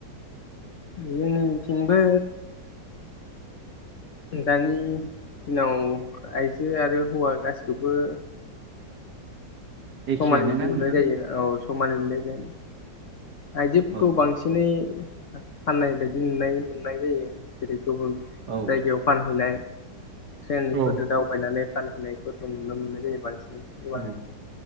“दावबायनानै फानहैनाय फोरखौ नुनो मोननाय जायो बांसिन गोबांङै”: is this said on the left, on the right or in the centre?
Left